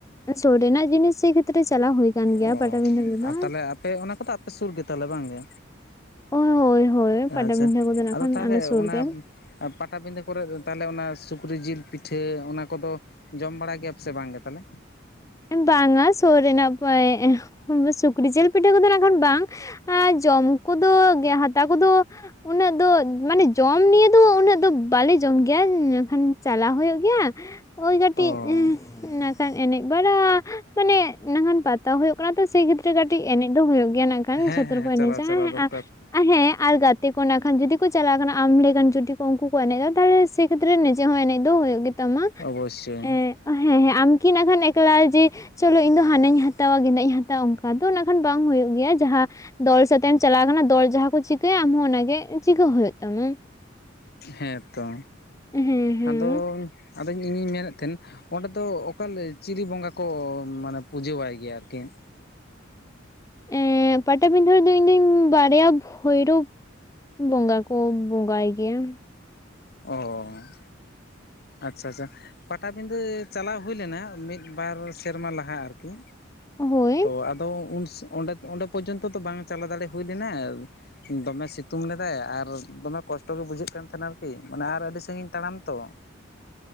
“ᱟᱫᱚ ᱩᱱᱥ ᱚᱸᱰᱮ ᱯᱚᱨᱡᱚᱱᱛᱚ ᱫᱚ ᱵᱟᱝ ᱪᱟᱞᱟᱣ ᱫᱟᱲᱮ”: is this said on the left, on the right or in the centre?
Left